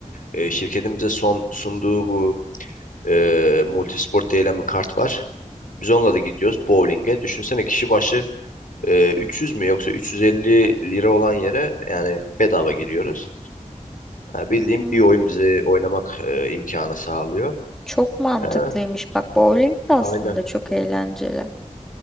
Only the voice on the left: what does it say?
e, şirketin bize son sunduğu bu e, multisport denilen bir kart var. Biz onunla da gidiyoruz bowling'e. Düşünsene kişi başı e, 300 mü yoksa 350 lira olan yere yani bedava giriyoruz. Ha, bildiğim
bir oyun bize oynamak e, imkanı sağlıyor.
Ha,
aynen.